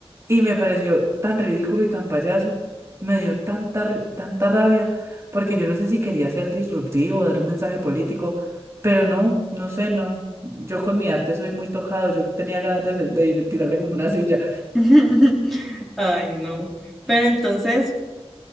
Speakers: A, on the right; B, in the centre.
A: Y me pareció tan ridículo y tan payaso, me dio tanta, ri- tanta rabia, porque yo no sé si quería ser disruptivo, dar un mensaje político, pero no, no sé, no. Yo con mi arte soy muy tocado, yo tenía ganas de, se- de ir, tirarle como una silla.
B: <laughs> Ay, no.
A: Y-
B: Pero entonces,